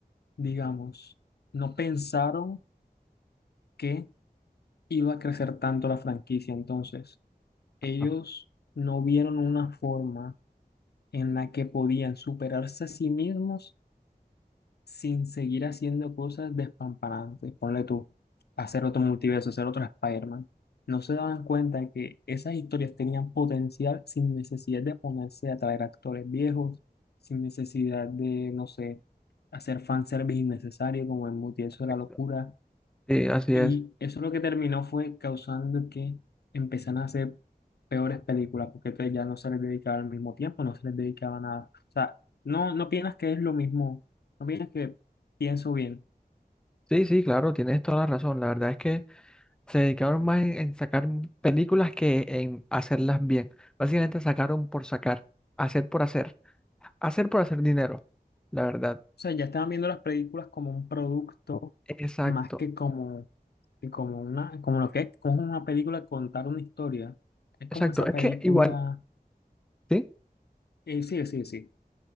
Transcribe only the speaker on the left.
digamos, no pensaron que iba a crecer tanto la franquicia. Entonces, ellos
no vieron una forma en la que podían superarse a sí mismos sin seguir haciendo cosas despamparantes. Ponle tú, hacer otro multiverso, hacer otro Spider-Man. No se daban cuenta que esas historias tenían potencial sin necesidad de ponerse a traer actores viejos, sin necesidad de, no sé, hacer fanservice innecesario como el multiverso de
la locura.
Y
eso lo que terminó fue causando que empezaran a hacer peores películas, porque entonces ya no se les dedicaba al mismo tiempo, no se les dedicaba nada. O sea, no, no piensas que es lo mismo, no piensas que pienso bien.
O sea, ya estaban viendo las películas como un producto
más que como, que como una, como lo que es, como una película contar una historia. Es
como esa
película,
eh, sí, sí, sí.